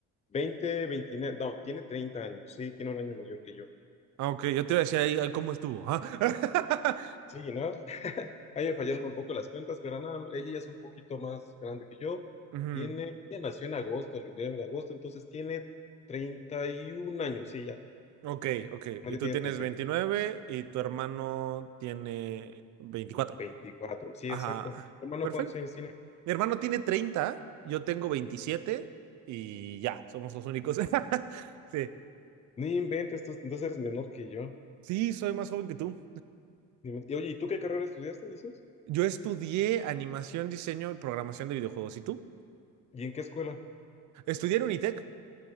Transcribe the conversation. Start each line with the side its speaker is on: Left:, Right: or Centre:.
Left: veinte veintinueve, no, tiene 30 años. Sí, tiene un año mayor que yo.
Right: Ah, ok, yo te iba a decir ahí, ahí cómo estuvo. ah. <laughs>
Left: Sí, ¿no? <laughs> Ahí me fallaron un poco las cuentas, pero nada, no, ella ya es un poquito más grande que yo.
Right: Ujú,
Left: Tiene, ella nació en agosto, el 29 de agosto, entonces tiene 31 años. Sí, ya,
Right: Ok, ok.
Left: ella
Right: Y tú
Left: tiene
Right: tienes
Left: treinta
Right: 29
Left: y uno?
Right: y tu hermano tiene 24.
Left: 24. Sí,
Right: Ajá,
Left: exacto. Hermano,
Right: perfecto.
Left: ¿cuántos años tiene?
Right: Mi hermano tiene 30. yo tengo veintisiete
Left: Ujú.
Right: y ya, somos los únicos. <laughs> Sí.
Left: Ni inventes, tú- entonces eres menor que yo.
Right: Sí, soy más joven que tú.
Left: Ni inventes. Y, oye, ¿y tú qué carrera estudiaste, dices?
Right: Yo estudié animación, diseño y programación de videojuegos. ¿Y tú?
Left: ¿Y en qué escuela?
Right: Estudié en Unitec.